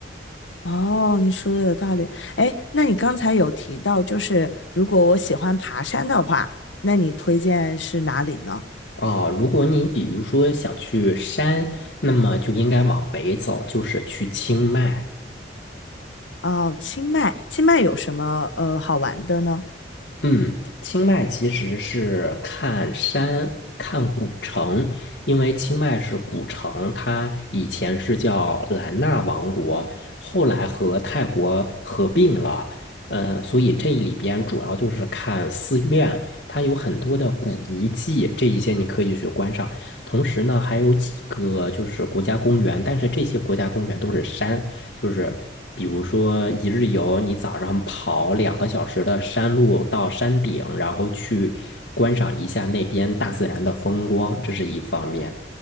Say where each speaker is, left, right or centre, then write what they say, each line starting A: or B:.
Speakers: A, on the left (about 85°); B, on the left (about 55°).
A: 哦，你说的有道理。哎，那你刚才有提到，就是如果我喜欢爬山的话，那你推荐是哪里呢？
B: 啊，如果你比如说想去山，那么就应该往北走，就是去清迈。
A: 哦，清迈，清迈有什么呃好玩的呢？
B: 嗯，清迈其实是看山、看古城，因为清迈是古城，它以前是叫兰纳王国，后来和泰国合并了。呃，所以这里边主要就是看寺院，它有很多的古遗迹，这一些你可以去观赏。同时呢，还有几个就是国家公园，但是这些国家公园都是山，就是比如说一日游，你早上跑两个小时的山路到山顶，然后去观赏一下那边大自然的风光，这是一方面。